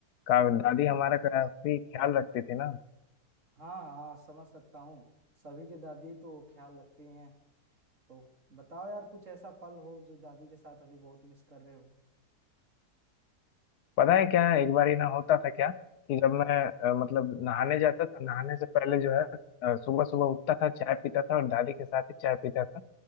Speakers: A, on the left (about 75°); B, on the right (about 50°).
A: का दादी हमारा काफी ख्याल रखती थी ना
B: हाँ हाँ समझ सकता हूँ सभी के दादी तो ख्याल रखती हैं तो बताओ यार कुछ ऐसा पल हो जो दादी के साथ अभी बहुत मिस कर रहे हो
A: पता है क्या एक बार ही ना होता था क्या कि जब मैं अ, मतलब नहाने जाता था नहाने से पहले जो है सुबह सुबह उठता था चाय पीता था और दादी के साथ ही चाय पीता था